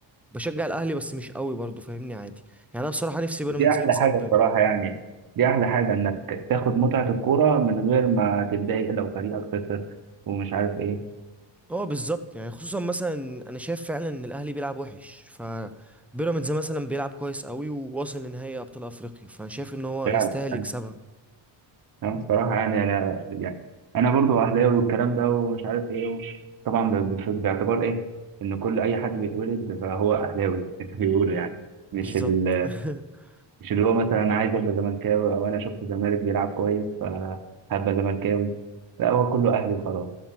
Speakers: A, in the centre; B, on the right (about 45°).
A: بشجع الاهلي بس مش قوي برضو فاهمني عادي يعني انا بصراحه نفسي بيراميدز
B: دي احلى
A: يكسب
B: حاجه بصراحه يعني دي احلى حاجه انك تاخد متعه الكوره من غير ما تتضايق لو فريقك خسر ومش عارف ايه
A: اه بالظبط يعني خصوصا مثلا انا شايف فعلا ان الاهلي بيلعب وحش ف بيراميدز مثلا بيلعب كويس قوي وواصل لنهائي ابطال افريقيا فانا شايف ان هو
B: فعلا
A: يستاهل
B: يعني
A: يكسبها
B: انا بصراحه يعني انا يعني انا برضو اهلاوي والكلام ده ومش عارف ايه طبعا ب- ب- باعتبار ايه ان كل اي حد بيتولد فهو اهلاوي <laughs> بيقولوا يعني مش
A: بالظبط
B: ال
A: <laughs>
B: مش اللي هو مثلا انا عايز ابقى زملكاوي او انا شفت الزمالك بيلعب كويس فهبقى زملكاوي لا هو كله اهلي وخلاص